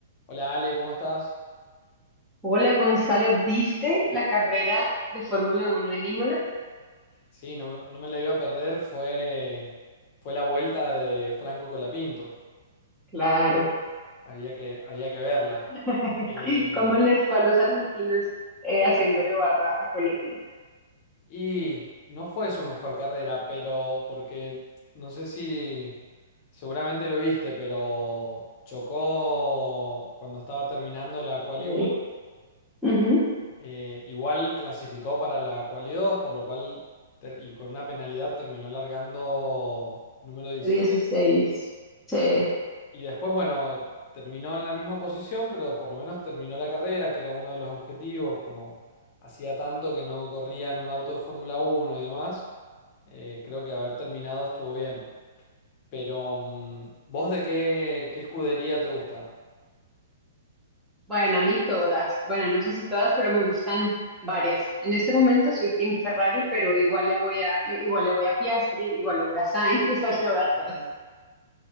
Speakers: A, on the left; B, in the centre.
A: Hola Ale, ¿cómo estás?
B: Hola Gonzalo, ¿viste la carrera de Fórmula Uno en Imola?
A: Sí, no, me no me la iba a perder, fue, fue la vuelta de Franco Colapinto,
B: Claro.
A: había que, había que verla.
B: <laughs>
A: Eh,
B: ¿Cómo les fue a los argentinos eh, haciéndole barra a Colatinta?
A: y no fue su mejor carrera, pero porque no sé si seguramente lo viste, pero chocó cuando estaba terminando la Quali
B: Sí.
A: uno,
B: Ujú.
A: eh, igual clasificó para la Quali 2, por lo cual ter- y con una penalidad terminó largando número 16.
B: De 16. Sí.
A: Y después, bueno, terminó en la misma posición, pero por lo menos terminó la carrera, que era uno de los objetivos, como hacía tanto que no corría en un auto de Fórmula uno y demás, eh, creo que haber terminado estuvo bien. Pero, mm, ¿vos de qué, qué escudería te gusta?
B: Bueno, a mí todas. Bueno, no sé si todas, pero me gustan varias. En este momento soy Team Ferrari, pero igual le voy a, le- igual le voy a Piastri, igual le voy a Sainz, <laughs> igual le voy a todos.
A: Ujú.